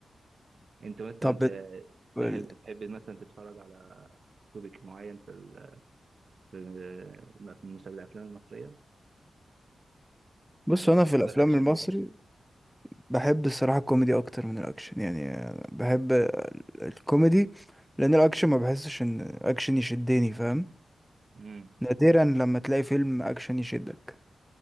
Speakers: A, on the right (about 55°); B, in the centre.
A: انت مثلا
B: طب بت-
A: ت-
B: بال-
A: تحب تحب مثلا تتفرج على توبيك معين في ال... في ال- في المسلسل الافلام المصريه يعني
B: بص انا
A: بالنسبه
B: في الافلام
A: للاكشن
B: المصري
A: و...
B: بحب الصراحة الكوميدي اكتر من الاكشن يعني أنا بحب ال- الكوميدي لان الاكشن ما بحسش ان اكشن يشدني فاهم
A: مم.
B: نادرا لما تلاقي فيلم اكشن يشدك